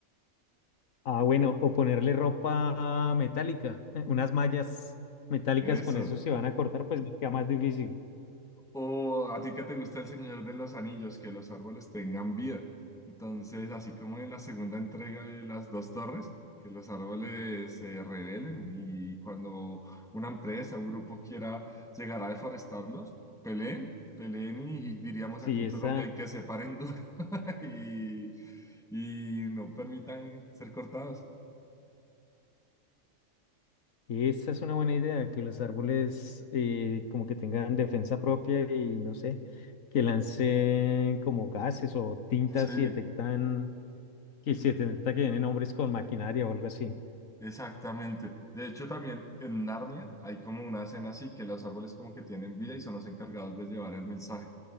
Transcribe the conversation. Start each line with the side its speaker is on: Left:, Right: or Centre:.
Left: Ah, bueno, o ponerle ropa metálica, eh, unas mallas metálicas
Centre: Eso.
Left: con eso se van a cortar, pues les queda más difícil.
Centre: O a ti que te gusta el Señor de los Anillos, que los árboles tengan vida. Entonces, así como en la segunda entrega de las dos torres, que los árboles se rebelen y cuando una empresa, un grupo quiera llegar a deforestarlos, peleen, peleen y, y diríamos
Left: Sí,
Centre: aquí en
Left: esa,
Centre: Colombia hay que se paren duro <laughs> y, y no permitan ser cortados.
Left: esa es una buena idea, que los árboles eh, como que tengan defensa propia y no sé, que lancen como gases o tintas
Centre: Sí.
Left: si detectan que si detecta que vienen hombres con maquinaria o algo así.
Centre: Exactamente. De hecho, también en Narnia hay como una escena así que los árboles como que tienen vida y son los encargados de llevar el mensaje.